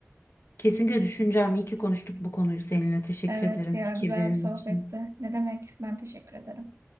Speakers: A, on the left; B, on the right.
A: Kesinlikle düşüneceğim. İyi ki konuştuk bu konuyu seninle. Teşekkür
B: Evet
A: ederim
B: ya
A: fikirlerin
B: güzel bir sohbetti.
A: için.
B: Ne demek ben teşekkür ederim.